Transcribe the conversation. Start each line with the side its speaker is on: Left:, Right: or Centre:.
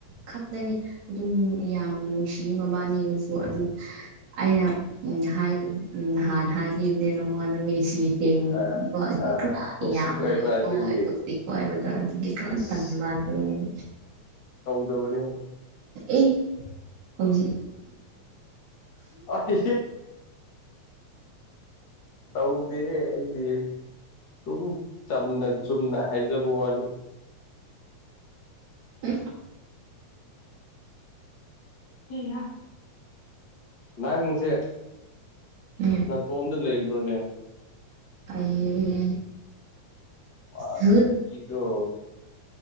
Right: ꯈꯛꯇꯅꯤ ꯑꯗꯨꯝ ꯌꯥꯝ ꯅꯨꯡꯁꯤ ꯃꯕꯥꯅꯤꯅꯁꯨ ꯑꯗꯨꯝ ꯑꯩꯅ ꯎ ꯍꯥꯏ ꯎ ꯅꯥꯟ ꯍꯥꯏ ꯏꯅꯤꯦꯅ ꯃꯦꯁꯤ ꯁꯦꯝꯕ
Left: ꯑ ꯑ ꯇꯣꯛꯁꯤꯛ
Right: ꯌꯥꯝ
Left: ꯑꯣꯏꯕ ꯑꯗꯨꯒꯤ
Right: ꯍꯣꯏ ꯍꯥꯏꯕꯗ ꯑꯗꯨꯒꯤ ꯈꯔꯟꯕ
Left: ꯏꯁ
Right: ꯂꯩ
Left: ꯗꯕꯅꯤ
Right: ꯑꯦ ꯍꯧꯖꯤ
Left: ꯑ ꯍꯄ ꯇꯧꯗꯦꯍꯦ ꯁꯨꯝ ꯆꯝꯅ ꯆꯨꯝꯅ ꯍꯥꯏꯖꯕ ꯋꯥꯅꯤ
Right: ꯍ
Left: ꯍ ꯅꯥꯒꯡꯁꯦ
Right: ꯎꯝ
Left: ꯅꯇꯣꯝꯗ ꯂꯩꯕ꯭ꯔꯣꯅꯦ
Right: ꯑꯩ ꯁꯨꯠ
Left: ꯑꯗꯣ <unintelligible>